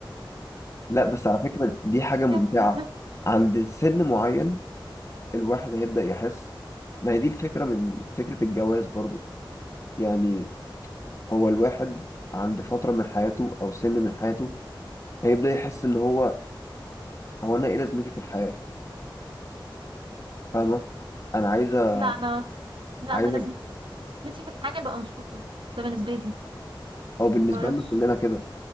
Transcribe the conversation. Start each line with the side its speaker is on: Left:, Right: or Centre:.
Left: لا بس على فكرة دي حاجة ممتعة
Right: كمل كمل
Left: عند سن معين الواحد هيبدأ يحس ما هي دي الفكرة من فكرة الجواز برضه يعني هو الواحد عند فترة من حياته أو سن من حياته هيبدأ يحس إن هو هو أنا إيه لازمتي في الحياة فاهمة؟ أنا عايزة
Right: لا انا لا
Left: عايزة
Right: انا لازمتي في الحياة ابقى مبسوطة ده بالنسبة لي
Left: هو بالنسبة
Right: معرفش
Left: لنا كلنا كده